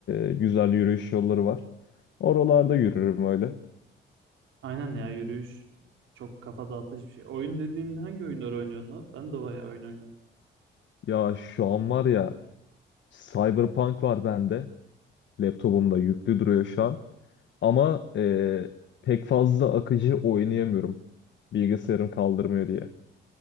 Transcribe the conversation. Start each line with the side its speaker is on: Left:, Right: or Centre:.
Left: e, güzel yürüyüş yolları var. Oralarda yürürüm öyle.
Right: Aynen ya yürüyüş çok kafa dağıtıcı bir şey. Oyun dediğin hangi oyunları oynuyorsun lan? Ben de bayağı oyun oynuyorum.
Left: Ya şu an var ya Cyberpunk var bende. Laptopumda yüklü duruyor şu an. Ama e, pek fazla akıcı oynayamıyorum. Bilgisayarım kaldırmıyor diye.